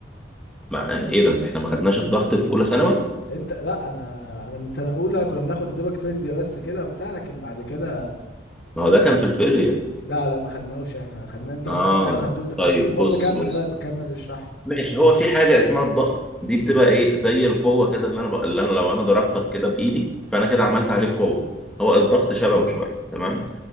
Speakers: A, in the centre; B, on the left (about 65°).
A: مع ايه ده احنا ما خدناش الضغط في اولى ثانوي
B: انت لا انا انا من سنه اولى كنا بناخد يا دوبك فيزياء بس كده وبتاع لكن بعد كده
A: ما هو ده كان في الفيزياء
B: لا لا ما خدناهوش احنا خدنا انت
A: اه
B: تلاقي خدته انت في
A: طيب
B: علم المهم
A: بص
B: كمل
A: بص
B: طيب كمل اشرح لي
A: ماشي هو في حاجه اسمها الضغط دي بتبقى ايه زي القوه كده اللي انا بق... اللي انا لو انا ضربتك كده بايدي فانا كده عملت عليك قوه هو الضغط شبهه شويه تمام